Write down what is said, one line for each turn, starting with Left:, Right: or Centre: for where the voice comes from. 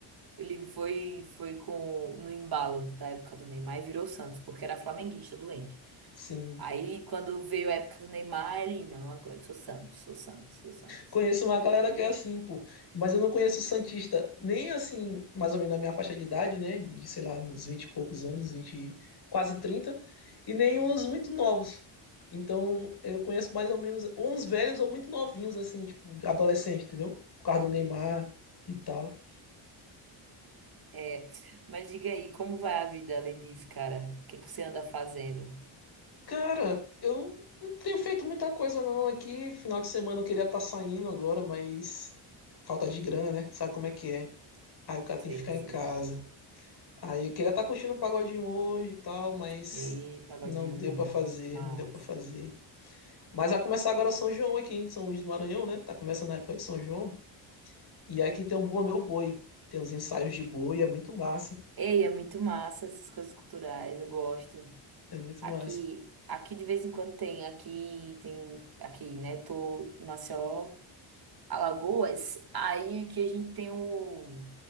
Right: Ele foi foi com no embalo da época do Neymar e virou Santos, porque era flamenguista doente.
Left: Sim.
Right: Aí quando veio a época do Neymar, ele, não, agora eu sou Santos, sou Santos, sou Santos.
Left: Conheço uma galera que é assim, pô. Mas eu não conheço santista, nem assim, mais ou menos na minha faixa de idade, né? De, sei lá, uns 20 e poucos anos, 20 quase trinta E nem
Right: Hum.
Left: uns muito novos. Então, eu conheço mais ou menos ou uns velhos ou muito novinhos, assim, tipo, adolescente, entendeu? Por causa do Neymar e tal.
Right: É, mas diga aí, como vai a vida além disso, cara? O que é que você anda fazendo?
Left: Cara, eu não tenho feito muita coisa não aqui. Final de semana eu queria estar saindo agora, mas falta de grana, né? Sabe como é que é? Aí o cara tem
Right: Sei,
Left: que ficar
Right: sei,
Left: em casa.
Right: cara.
Left: Aí eu queria estar curtindo um pagodinho hoje e tal, mas
Right: Ei, pagodinho
Left: não deu
Right: é bom.
Left: pra fazer,
Right: Mas.
Left: não deu pra fazer. Mas vai começar agora o São João aqui em São Luís do Maranhão, né? Tá começando a época de São João. E aqui tem um Bua Meu Boi. Tem uns ensaios de boi, é muito massa.
Right: Ei, é muito massa essas coisas culturais, eu gosto.
Left: É muito
Right: Aqui,
Left: massa.
Right: aqui de vez em quando tem, aqui tem, aqui, né? Tô em Maceió, Alagoas, aí que a gente tem o